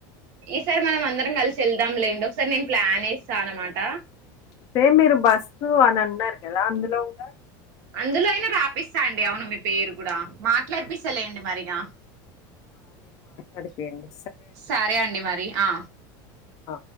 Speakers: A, on the right (about 60°); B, on the left (about 35°).
A: ఈసారి మనం అందరం కలిసి వెళ్దాంలేండి ఒకసారి నేను ప్లాన్ వేస్తా అనమాట
B: అయితే మీరు బస్సు అని అన్నారు కదా అందులో కూడా
A: అందులో అయినా రాపిస్తా అండి అవును మీ పేరు కూడా మాట్లాడిపిస్తలేండి మరిగా
B: అది ఫ్రీ యండి
A: సరే అండి మరి ఆ
B: అ